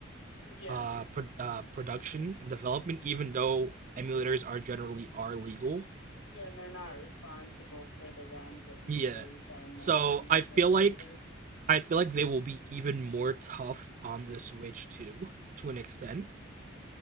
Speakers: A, on the left; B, on the right.
A: Yeah.
B: uh, pro- uh, production and development, even though emulators are generally are legal.
A: Yeah, and they're not responsible for the ROMs that people
B: Yeah.
A: release online
B: So
A: and
B: I feel
A: zip folders.
B: like I feel like they will be even more tough on the Switch too, to an extent.